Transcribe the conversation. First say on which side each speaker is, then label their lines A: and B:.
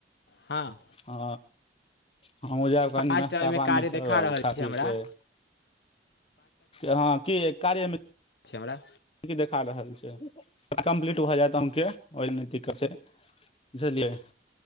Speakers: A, on the left (about 60°); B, on the left (about 30°).
A: ह
B: ह हमहूँ जायब कनि
A: पाँच
B: नाश्ता
A: टा ओहिमे
B: पानी
A: कार्य
B: करब
A: देखा रहल
B: खा
A: छै
B: पी
A: हमरा
B: कऽ ह कि कार्यमे
A: चमरा।
B: कि देखा रहल छै कम्प्लीट भऽ जायत अहूके ओहि नहि दिक्कत छै बुझलियै